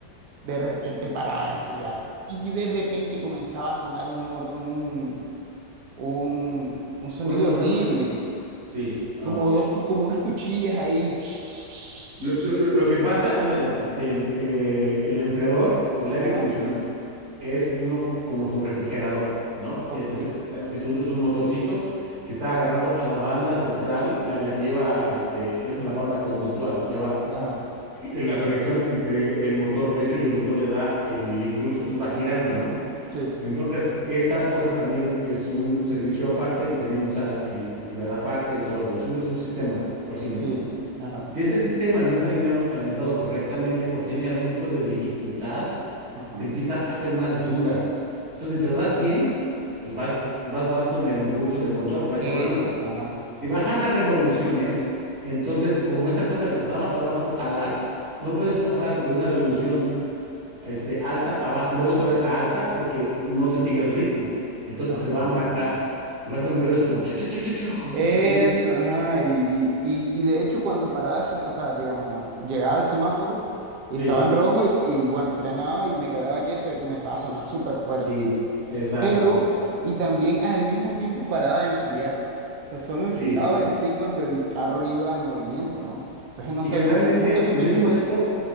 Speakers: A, on the right; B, on the right.
A: de repente paraba de enfriar y de repente comenzaba a sonar un, hor- un, un, un sonido
B: Una, una-
A: horrible
B: una- una- Sí, ok.
A: como dos, cu- como unas cuchillas ahí. ps, ps, ps, ps,
B: Lo,
A: ps.
B: lo- lo- lo que pasa, haz de cuenta, el, eh, el enfriador del aire
A: ps. Ajá.
B: acondicionado es uno como tu refrigerador, ¿no?
A: Ok.
B: Ese es exactamente, es un, es un motorcito que está agarrado a la banda central, la, la que lleva, este, es la banda conductual, ya va.
A: Ajá.
B: el- La conexión entre el motor, de hecho, y el motor le da el, impulso, tú va girando, ¿no?
A: Sí,
B: Entonces, esta cosa también es un servicio aparte y también usa electricidad aparte y todo, es un, es un sistema por sí mismo,
A: sí.
B: ¿no?
A: Ajá.
B: Si este sistema no es alineado- alimentado correctamente o tiene algún tipo de dificultad,
A: Ajá.
B: se empieza a hacer más dura. Entonces, mientras vas bien, pues vas, pues vas, vas con el impulso del motor, no hay
A: Eso.
B: problema.
A: Ajá.
B: Si bajan las revoluciones, entonces, como esta cosa le costaba trabajo jalar, no puedes pasar de una revolución este, alta a baja y luego otra vez a alta porque no te sigue el ritmo. Entonces
A: Ok.
B: se va a amarrar y va a hacer un ruido así como chuc, chuc, chuc, chuc, chuc,
A: Eso,
B: así bien
A: ajá. Y, y- y y de hecho, cuando paraba de fre- o sea, digamos, llegaba al semáforo y
B: Sí,
A: estaba en rojo y, y bueno, y frenaba y me quedaba quieto y comenzaba a sonar súper fuerte.
B: sí, exacto,
A: pero
B: exacto.
A: y también al mismo tiempo paraba de enfriar. O sea, solo enfriaba
B: Sí, claro.
A: en sí cuando el carro iba en movimiento, ¿no? Entonces no
B: Y
A: sab-
B: generalmente,
A: nunca supe
B: si en ese
A: qué fue
B: momento
A: eso.